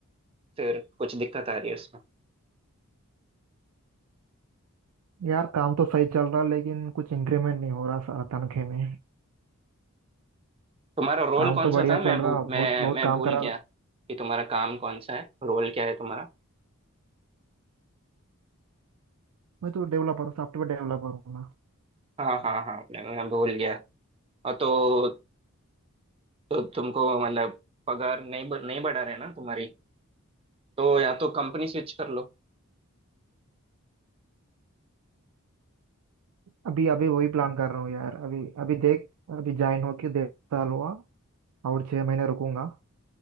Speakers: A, on the right; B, on the right.
A: फिर कुछ दिक्कत आ रही है उसमें
B: यार काम तो सही चल रहा लेकिन कुछ इंक्रीमेंट नहीं हो रहा साला तनख्वाह में
A: तुम्हारा रोल
B: काम
A: कौन
B: तो
A: सा
B: बढ़िया
A: था मैं
B: चल रहा
A: भू, मैं
B: बहुत बहुत
A: मैं
B: काम
A: भूल
B: करा
A: गया कि तुम्हारा काम कौन सा है रोल क्या है तुम्हारा
B: मैं तो डेवलपर हूँ सॉफ्टवेयर डेवलपर हूँ ना
A: हाँ हाँ हाँ मैं मैं भूल गया और तो, तो तुमको मतलब पगार नहीं ब- नहीं बढ़ा रहे ना तुम्हारी तो या तो कंपनी स्विच कर लो
B: अभी अभी वही प्लान कर रहा हूँ यार अभी अभी देख अभी ज्वाइन होके डेढ़ साल हुआ और छह महीने रुकूंगा